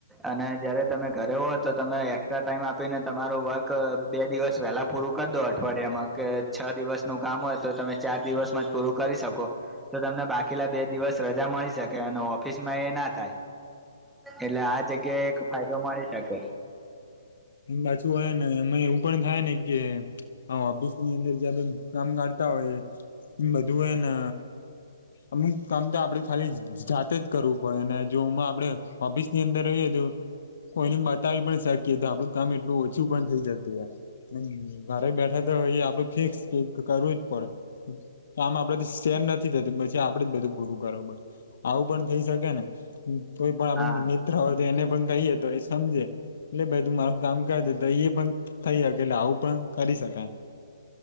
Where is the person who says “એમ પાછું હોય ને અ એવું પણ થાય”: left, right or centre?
Left